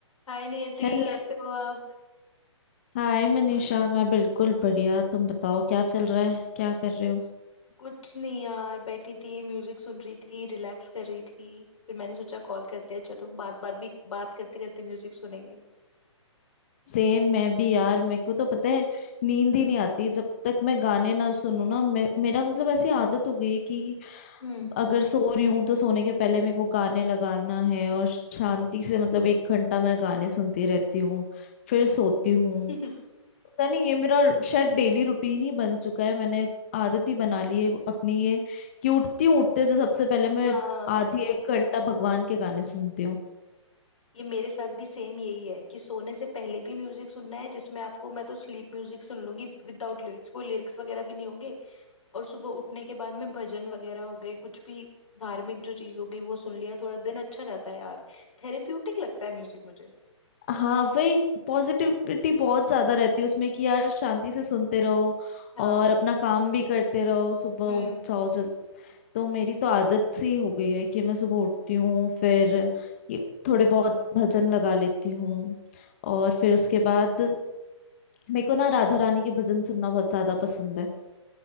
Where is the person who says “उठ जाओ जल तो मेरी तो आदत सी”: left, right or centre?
Left